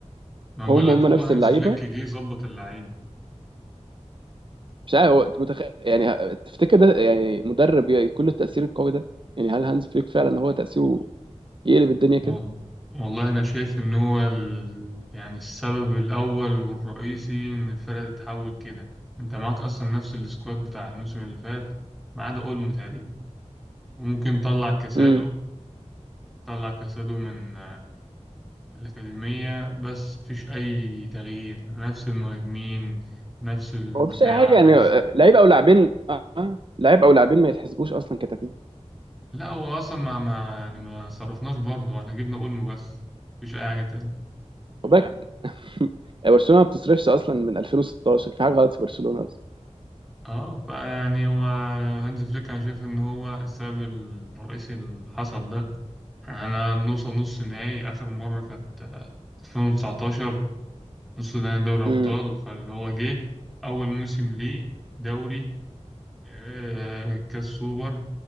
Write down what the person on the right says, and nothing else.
هم
هم
نفس
اللعيبه
مش عارف هو متخ... يعني تفتكر ده يعني مدرب يكون له التاثير القوي ده يعني هل هانز فليك فعلا هو تاثيره يقلب الدنيا كده
امم
هو مفيش اي حاجه يعني
آه، لعيب او لاعبين آه. آه. لعيب او لاعبين ما يتحسبوش اصلا كتغيير
خد بالك <laughs> برشلونه ما بتصرفش اصلا من 2016 في حاجه غلط في برشلونه اصلا
امم